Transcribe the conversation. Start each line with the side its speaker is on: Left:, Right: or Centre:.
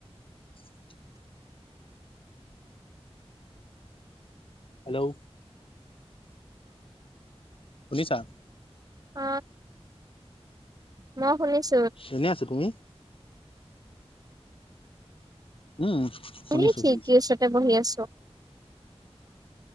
Left: <inaudible> হেল্ল'? শুনিছা?
Right: অ, মই শুনিছ
Left: এনেই আছো তুমি? উম। শুনিছো
Right: এ খিৰকী
Left: শুনিছো
Right: ওচৰতে বহি আছোঁ।